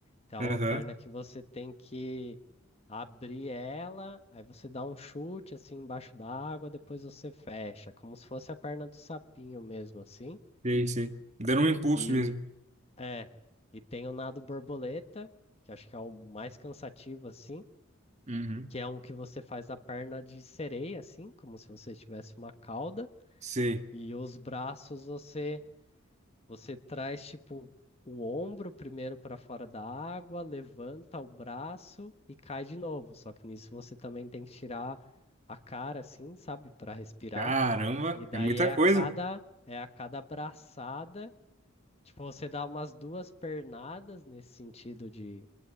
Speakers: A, on the left; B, on the right.
A: Então,
B: Aham,
A: é uma perna que você tem que abrir ela, aí você dá um chute assim embaixo da água, depois você fecha, como se fosse a perna do sapinho mesmo, assim.
B: sei, sei. Dando um impulso
A: E
B: mesmo.
A: é, e tem o nado borboleta, que acho que é o mais cansativo assim
B: Uhum,
A: que é um que você faz a perna de sereia, assim, como se você tivesse uma cauda,
B: sei.
A: e os braços você você traz tipo o ombro primeiro para fora da água, levanta o braço e cai de novo. Só que nisso você também tem que tirar a cara, assim, sabe, para respirar.
B: Caramba,
A: E daí
B: é muita
A: é a
B: coisa.
A: cada é a cada braçada, tipo você dá umas duas pernadas nesse sentido de